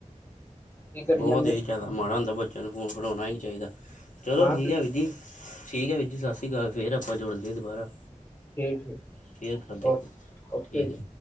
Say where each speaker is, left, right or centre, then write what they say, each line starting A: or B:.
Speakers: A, on the left; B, on the left.
A: ਕੀ ਕਰੀ
B: ਬਹੁਤ
A: ਜਾਂਦੇ
B: ਹੀ ਜ਼ਿਆਦਾ ਮਾੜਾ ਹੁੰਦਾ, ਬੱਚਿਆਂ ਨੂੰ ਫੋਨ ਫੜੋਉਣਾ ਹੀ ਨਹੀਂ ਚਾਹੀਦਾ ਚਲੋ
A: ਮੈਂ
B: ਠੀਕ
A: ਕਿਹਾ ਤੁਸੀਂ
B: ਹੈ, ਵੀਰ ਜੀ। ਠੀਕ ਹੈ, ਵੀਰ ਜੀ ਸਤਿ ਸ੍ਰੀ ਅਕਾਲ ਫੇਰ ਆਪਾਂ ਜੁੜਦੇ ਦੁਬਾਰਾ।
A: ਠੀਕ ਠੀਕ
B: ਫੇਅਰ ਕਰਦੇ
A: ਓਕੇ
B: ਆਪ
A: ਓਕੇ
B: ਠੀਕ
A: ਜੀ।
B: ਹੈ,